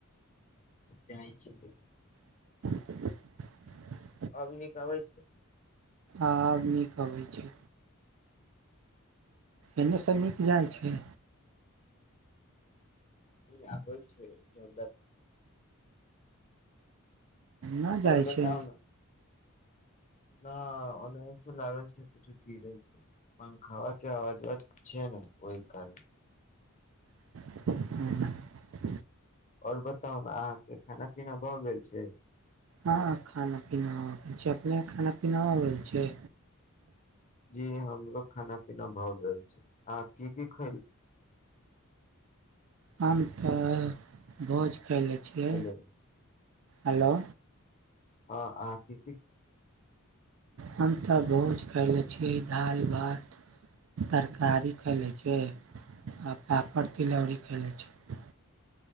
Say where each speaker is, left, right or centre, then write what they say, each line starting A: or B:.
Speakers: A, on the left; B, on the right.
A: जाइ छी
B: <inaudible>
A: अभनिक अबै छै
B: आब नीक अबै छै एन्ने स नीक जाइ छै
A: ह होइ छैय
B: नहि जाइ
A: आओर बताउ
B: छै
A: न न ओन से लागे छै किछु गीरे छै पंखबाके अवाज छै ने ओहि कारन
B: ह
A: आओर बताउ ने अहाँके खाना पीना भऽ गेल छै
B: हँ खाना पीना आ गेल छै अपने खाना पीना आ गेल छै
A: जी हमरो खाना पीना भऽ गेल छै आ की की खयली
B: हम तऽ भोज ख़ाय लै छियै
A: हेलो
B: हेलो
A: आ आथी
B: हम तऽ भोज कयले छियै दाल भात तरकारी खा लै छै आ पापड़ तिलौरी खाय लै छै